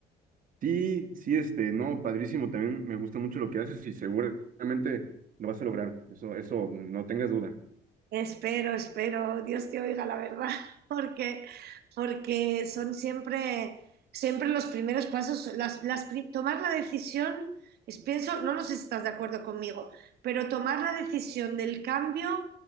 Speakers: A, on the right; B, on the right.
A: sí, sí, este, no, padrísimo, también me gusta mucho lo que haces y seguramente lo vas a lograr. Eso, eso, no tengas duda.
B: Espero, espero, Dios te oiga la verdad, <laughs> porque, porque son siempre, siempre los primeros pasos, las, las pri- tomar la decisión, es, pienso, no, no sé si estás de acuerdo conmigo, pero tomar la decisión del cambio